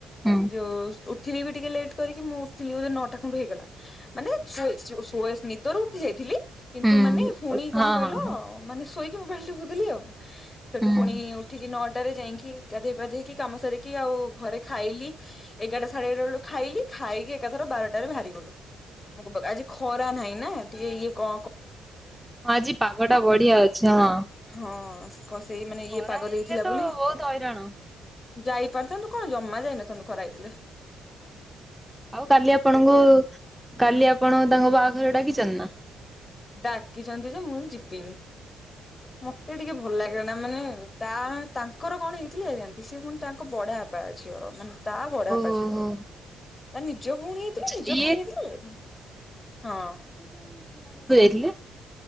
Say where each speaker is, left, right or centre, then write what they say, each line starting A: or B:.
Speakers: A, in the centre; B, on the left.
A: ହୁଁ
B: ଯୋଉ ଉଠିଲି ବି ଟିକେ ଲେଟ୍ କରିକି ମୁଁ। ଉଠିଲି ନଅ ଟା ଖଣ୍ଡେ ହେଇଗଲା। ମାନେ ଶୋ ଶୋଇ ନିଦରୁ ଉଠି ଯାଇଥିଲି। କିନ୍ତୁ
A: ହୁଁ
B: ମାନେ ପୁଣି କଣ
A: ହଁ
B: କହିଲ
A: ହଁ ହଁ ହୁଁ।
B: ମାନେ ଶୋଇ ମୋବାଇଲ ଦେଖୁଥିଲି ଆଉ। ସେଠୁ
A: ହଁ
B: ପୁଣି ଉଠିକି ନଅ ଟାରେ ଯାଇକି ଗାଧେଇ ପାଧେଇକି କାମ ସାରିକି ଆଉ ଘରେ ଖାଇଲି ଏଗାରଟା ସାଢେ ଏଗାରଟା ବେଳୁ ଖାଇଲି ଖାଇକି ଏକାଥର ବାରଟାରେ ବାହାରି ଗଲୁ ବ ଆଜି ଖରା ନାହିଁ ନା ଟିକେ ଇଏ କଣ କ
A: ହଁ ଆଜି ପଗଟା ବଢିଆ ଅଛି। ହଁ।
B: ହଁ। କଣ ସେଇ ମାନେ ଏଇ
A: ଖରା
B: ପାଗ
A: ହେଇଥିଲେ
B: ଦେଇଥିଲା
A: ତ
B: ବୋଲି।
A: ବହୁତ ହଇରାଣ।
B: ଯାଇପାରିଥାନ୍ତୁ କଣ ଜମା ଯାଇନଥାନ୍ତୁ ଖରା ହେଇଥିଲେ।
A: ଆଉ କାଲି ଆପଣଙ୍କୁ କାଲି ଆ ଆପଣଙ୍କ ତାଙ୍କ ବାହାଘରେ ଡାକିଛନ୍ତି ନା।
B: ଡାକିଛନ୍ତି ଯେ ମୁଁ ଯିବିନି ମତେ ଟିକେ ଭଲ ଲାଗେ ନା ମାନେ ତା ତାଙ୍କର କଣ ହେଇଥିଲେ ସିଏ ଜାଣନ୍ତି ପୁଣି ତାଙ୍କ ବଡବାପା ଝିଅର ମାନେ। ତା ବଡବାପା
A: ଓହୋ।
B: ଝିଅର ତା ନିଜ ଭଉଣୀ ହେଇଥିଲେ
A: ଆଛା
B: ନିଜ
A: ଇଏ
B: ଭାଇ ହେଇଥିଲେ ଯାଇଥାନ୍ତି ହଁ।
A: ଥିଲେ।